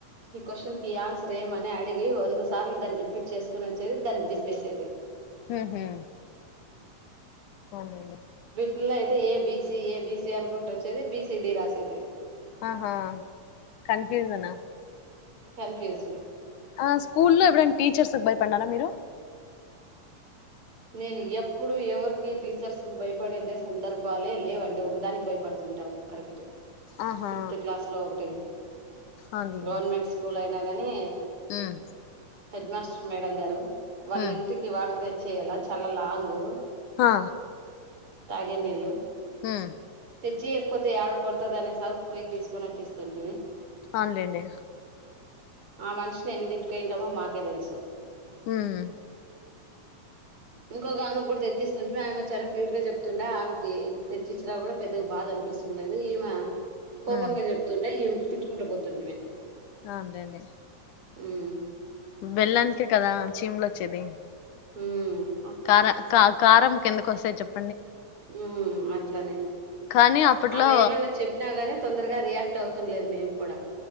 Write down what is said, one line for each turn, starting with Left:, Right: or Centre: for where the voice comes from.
Right: ఈ క్వశ్చన్ కి ఈ ఆన్సర్ ఏమని అడిగి వంద సార్లు దాన్ని రిపీట్ చేసుకొని వచ్చేది దాన్ని దింపేసేది
Left: ఊహూ అవున్లేండి
Right: ట్ ల్లో అయితే A B C A B C అనుకుంట వచ్చేది బీ సి డి రాసేది
Left: ఆహా కన్ఫ్యూజనా
Right: కన్ఫ్యూస్
Left: ఆ స్కూల్లో ఎప్పుడనా టీచర్స్ కు భయపడినారా మీరు
Right: నేను ఎప్పుడు ఎవరికి టీచర్స్ భయపడిందే సందర్భాలే లేవండి ఒకదానికి భయపడుతుంటా కరెక్
Left: ఆహా
Right: ఫిఫ్త్ క్లాస్ లో ఒకటి
Left: అవునులేండి
Right: గవర్నమెంట్ స్కూల నాగాని
Left: <unintelligible>
Right: హెడ్ మాస్టర్ మేడం గారు వాళ్ళ
Left: ఉమ్
Right: ఇంటికి వాటర్ తె చేయలా చాలా లాంగూ
Left: హా
Right: తాగే నీల్లు
Left: హుమ్మ్
Right: తెచ్చియకపోతే యాడ కొడతదీ అనేసి పోయి తీసుకొచ్చిస్తుంటుంటిమి
Left: అవునులేండి
Right: ఆ మనిషిని ఎన్ని తిట్టుకంటామో మాకే తెలుసు
Left: హ్మ్
Right: ఇంకోగమే కూడా తెచ్చిస్త స్తుంటిమీ ఆమె చాలా క్యూట్ గా చెప్తుండే ఆమెకి తెచ్చిచ్చినా కూడా పెద్దగా బాధ అనిపిస్తుండలేదు ఈమా కోపంగా
Left: ఉమ్
Right: చెప్తుండే ఇమ్ తిట్టుకుంట బోతుంటిమి
Left: అవునుదండి
Right: హ్మ్
Left: బెళ్లానికే కదా చీమలు వచ్చేది
Right: ఉమ్
Left: కారా క కారమ్ ఎందుకోస్తాయ్ చెప్
Right: ఉమ్ అట్లనే
Left: కానీ అప్పట్లో
Right: ఆమె ఏమన్నా చెప్పినగాని తొందర్గా రియాక్ క్టవుతుండలేదు మేం కూడా